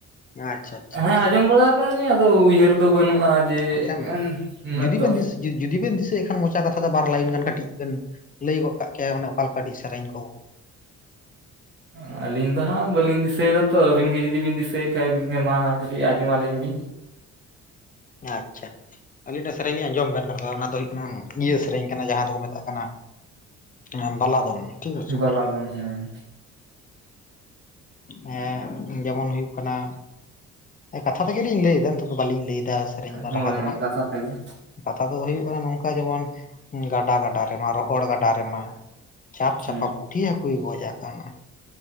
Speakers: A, on the left (about 25°); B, on the right (about 40°).
A: ᱟᱪᱪᱷᱟ ᱟᱪᱪᱷᱟ
B: ᱦᱮᱸ
A: ᱟᱪᱪᱷᱟ᱾
B: ᱟᱸᱡᱚᱢ ᱵᱟᱲᱟᱣ ᱛᱟᱦᱞᱮ ᱟᱫᱚ ᱩᱭᱦᱟᱹᱨ ᱫᱚ ᱵᱟᱹᱱᱩᱜᱼᱟ ᱡᱮ
A: ᱟᱪᱪᱷᱟ
B: ᱩᱱᱟᱹᱜ
A: ᱡᱩᱫᱤ
B: ᱫᱚ᱾
A: ᱵᱮᱱ ᱫᱤᱥ ᱡᱩᱫᱤ ᱵᱮᱱ ᱫᱤᱥᱟᱹᱭᱮᱫ ᱠᱷᱟᱱ ᱢᱚᱪᱟ ᱠᱟᱛᱷᱟ ᱛᱮ ᱵᱟᱨ ᱞᱟᱭᱤᱱ ᱜᱟᱱ ᱠᱟᱹᱴᱤᱡ ᱵᱮᱱ ᱞᱟᱹᱭ ᱜᱚᱫ ᱠᱟᱜ ᱠᱮᱭᱟ ᱢᱟᱱᱮ ᱚᱠᱟ ᱞᱮᱠᱟᱹᱴᱤᱡ ᱥᱮᱨᱮᱧ ᱠᱚ᱾
B: ᱚ᱾ ᱟᱹᱞᱤᱧ ᱫᱚ ᱦᱟᱸᱟᱸᱜ ᱵᱟᱹᱞᱤᱧ ᱫᱤᱥᱟᱹᱭᱮᱫᱟ ᱛᱚ ᱟᱹᱵᱤᱱᱜ ᱡᱩᱫᱤ ᱵᱤᱱ ᱫᱤᱥᱟᱹᱭᱮᱫ ᱠᱷᱟᱡ ᱟᱹᱵᱤᱱᱜ ᱢᱟ ᱠᱟᱹᱴᱤᱡ ᱟᱸᱡᱚᱢ ᱟᱹᱞᱤᱧ ᱵᱤᱱ᱾
A: ᱟᱪᱪᱷᱟ᱾ ᱟᱹᱞᱤᱧ ᱢᱤᱫᱴᱟᱜ ᱥᱮᱨᱮᱧ ᱞᱤᱧ ᱟᱸᱡᱚᱢ ᱟᱵᱮᱱ ᱠᱟᱱᱟ ᱚᱱᱟ ᱫᱚ ᱦᱩᱭᱩᱜ ᱠᱟᱱᱟ ᱱᱤᱭᱟᱹ ᱥᱮᱨᱮᱧ ᱠᱟᱱᱟ ᱡᱟᱦᱟᱸ ᱫᱚᱠᱚ ᱢᱮᱛᱟᱜ ᱠᱟᱱᱟ ᱮᱸ ᱵᱟᱞᱟ ᱫᱚᱱ ᱴᱷᱤᱠ ᱟᱪᱷᱮ
B: ᱵᱟᱞᱟ ᱫᱚᱱ ᱦᱩᱸ᱾
A: ᱦᱮᱸ᱾ ᱮᱸ ᱡᱮᱢᱚᱱ ᱦᱩᱭᱩᱜ ᱠᱟᱱᱟ ᱮᱸ ᱠᱟᱛᱷᱟ ᱛᱮᱜᱮᱞᱤᱧ ᱞᱟᱹᱭᱮᱫᱟ ᱱᱤᱛᱚᱜ ᱫᱚ ᱵᱟᱞᱤᱧ ᱞᱟᱹᱭᱮᱫᱟ᱾ ᱥᱮᱨᱮᱧ
B: ᱦᱳᱭ
A: ᱨᱟᱦᱟ ᱫᱚ ᱦᱟᱸᱜ
B: ᱠᱟᱛᱷᱟ ᱛᱮᱜᱮ᱾
A: ᱠᱟᱛᱷᱟ ᱛᱮᱫᱚ ᱦᱳᱭᱳᱜ ᱠᱟᱱᱟ ᱱᱚᱝᱠᱟ ᱡᱮᱢᱚᱱ ᱜᱟᱰᱟ ᱜᱟᱰᱟ ᱨᱮᱢᱟ ᱨᱚᱦᱚᱲ ᱜᱟᱰᱟ ᱨᱮᱢᱟ ᱪᱟᱯ ᱪᱟᱯᱟ
B: ᱦᱮᱸ
A: ᱯᱩᱴᱷᱤ ᱦᱟᱹᱠᱩᱭ ᱜᱚᱡ ᱟᱠᱟᱱᱟ